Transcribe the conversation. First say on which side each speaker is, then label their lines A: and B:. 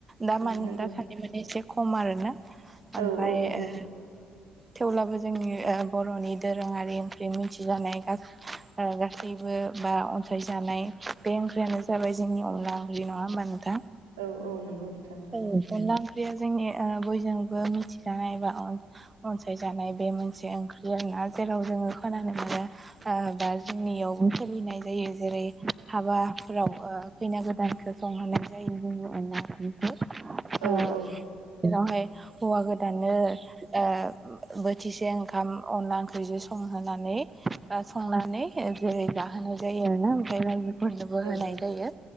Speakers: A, on the right; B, on the right.
A: दा
B: उम
A: मानि
B: नंगौ
A: दासान्दि माने एसे खम आरो ना ओमफाय
B: औ औ नंगौ
A: ओ थेवब्लाबो जोंनि ओ बर'नि दोरोङारि ओंख्रि मिथिजानाय गासैबो ओ गासैबो बा अनसायजानाय बे ओंख्रियानो जाबाय जोंनि अनला ओंख्रि नङा होमबा नोंथां?
B: औ औ नंगौ नोंथां नंगौ।
A: औ अनला ओंख्रिया जोंनि ओ बयजोंबो मिथिजानाय एबा अन अनसायजानाय बे मोनसे ओंख्रि आरो ना जेराव जोङो खोनानो मोन ओ बा जोंनियावबो सोलिनाय जायो जेरै हाबाफोराव ओ खैना गोदानखो संहोनाय जायो जोंनि अनला ओंख्रि ओ
B: औ औ
A: बेआवहाय हौवा गोदानो ओ बोथिसे ओंखाम अनला ओंख्रिजों संहोनानै ओ संनानै जेरै जाहोनाय जायो आरोना ओमफ्राय रायजो फोरनोबो होनाय
B: औ
A: जायो